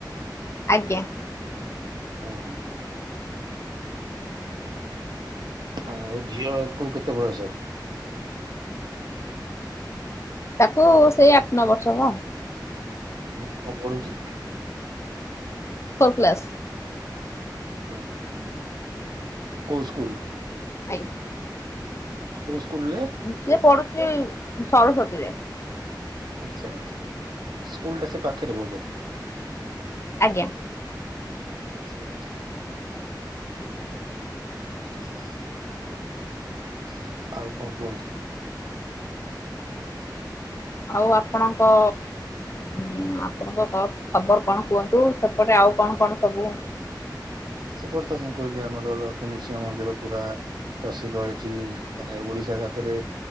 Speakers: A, on the left; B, on the right.
A: ଆଜ୍ଞା
B: ଅ ହ। ଆଉ ଝିଅକୁ କେତେ ବୟସ।
A: ତାକୁ ସେଇ ଆଠ ନ ବର୍ଷ ହବ ଆଉ।
B: ହୁଁ କଣ ପଢୁଛି।
A: Four class.
B: ହୁଁ, କୋଉ ସ୍କୁଲ।
A: ଆଜ୍ଞା।
B: କୋଉ ସ୍କୁଲରେ।
A: ସିଏ ପଢୁଛି ସରସ୍ଵତୀରେ।
B: ଆଛା, ଆଛା, ସ୍କୁଲ ଟା ସେ ପାଖରେ ବୋଧେ।
A: ଆଜ୍ଞା।
B: ଆଚ୍ଛା ଆଚ୍ଛା। ହଁ ଆଉ କଁ କୁହନ୍ତୁ।
A: ଆଉ ଆପଣଙ୍କ। ହୁଁ, ଆପଣଙ୍କ କ ଖବର କଣ କୁହନ୍ତୁ ସେପଟେ ଆଉ କଣ କଣ ସବୁ।
B: ସେପଟେ ତ ମୁଁ କହିଲି ଆମର ଲକ୍ଷ୍ମୀ ନୃସିଂହ ମନ୍ଦିର ପୁରା। ପ୍ରସିଦ୍ଧ ଏଠି ମାନେ ଓଡିଶା ଜାତିରେ।